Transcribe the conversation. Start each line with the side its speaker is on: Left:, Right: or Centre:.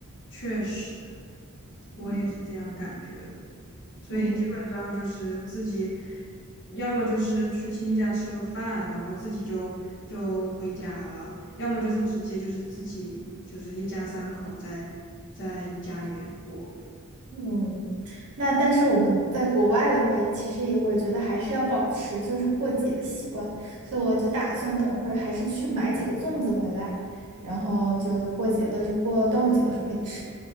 Left: 确实，我也是这样感觉的。
Right: 嗯
Left: 所以基本上就是自己，
Right: 嗯。
Left: 要么就是去亲戚家吃个饭，然后自己就就回家了；要么就是直接就是自己就是一家三口在在家里面过。
Right: 嗯，那但是我们在国外的话，也其实也我觉得还是要保持就是过节的习惯，所以我就打算等会儿还是去买几个粽子回来，然后就过节的时候，过端午节的时候可以吃。